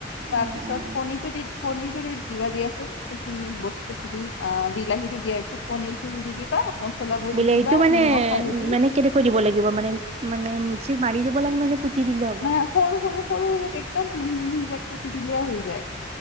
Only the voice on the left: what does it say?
তাৰপিছত
পনিৰ পনীৰ টো ত কিবা দিয়াচোন সেইখিনি বস্তু খিনি অ বিলাহীতো দিয়াৰ পিছত পনিৰ খিনি দি দিবা মচলা বোৰ
দি দিবা
নিমখ হালধি
নাই
সৰু সৰু সৰু সৰুক একদম মিহি মিহিকাক কুতি দিলে হৈ যায়